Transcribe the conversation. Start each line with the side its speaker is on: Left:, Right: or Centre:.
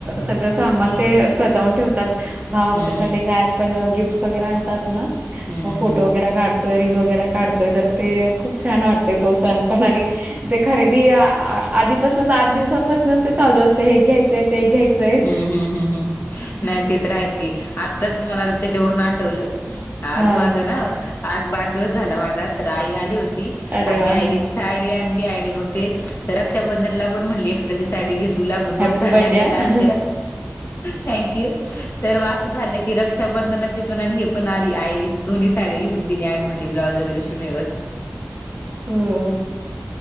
Right: सगळं सामान ते सजावून ठेवतात. भाव आमच्यासाठी
Left: हम्म हम्म
Right: काय पण गिफ्टस वगैरे आणतात ना,
Left: हम्म
Right: म
Left: हम्म
Right: फोटो
Left: हम्म
Right: वगैरे काढ त रील वगैरे काढतोय तर ते खूप छान वाटतय तो सण पण आणि ते खरेदी आधीपासूनच आठ दिवसापासूनच ते चालू असत हे घ्यायचंय ते घ्यायचं.
Left: हम्म हम्म हम्, नाही ते तर हायच की. आत्ताच मला त्याच्यावरून आठवलं, आज
Right: हा
Left: माझं ना आज वाढदिवस झाला माझा तर आई आली होती,
Right: अरे
Left: आणि
Right: वा
Left: आईने साडी आणली आणि मग ते तर रक्षाबंधनला पण म्हणली एक्स्ट्रा ची साडी घे तुला म दोन
Right: हॅप्पी
Left: साड्या
Right: बर्थडे
Left: आणल्यात
Right: हा
Left: आज. त्या, थँक्यू, तर मग असं झालं की रक्षाबंधनाची पण हे पण आधी आई दोन्ही साड्या घेऊन दिली आणि म्हटली ब्लाउज वगैरे शिवून व्यव
Right: हम्,